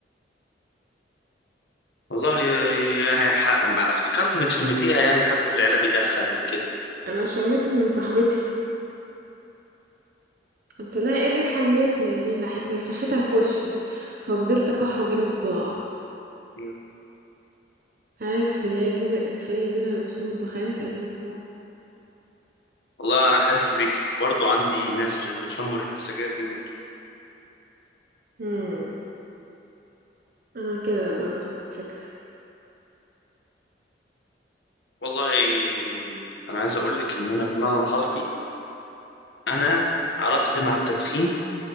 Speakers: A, on the left (about 70°); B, on the right (about 55°).
A: والله يعني ح... افتكرت انك شميتيها يعني حد في العيله بيدخن او كده
B: انا شميتها من صاحبتي قلت لها ايه الريحه النتنه دي راحت نفختها في وشي ففضلت اكح وجالي صداع
A: مم.
B: عارف اللي هي الجيوب الانفيه دي لما بتشم الدخان فيجيلك صداع
A: والله انا حاسس بيك برضو عندي ناس اذا شموا ريحه السجاير بيموتوا
B: امم انا كده برضو على فكره
A: والله انا عايز اقول لك ان انا بالمعنى الحرفي انا علاقتي مع التدخين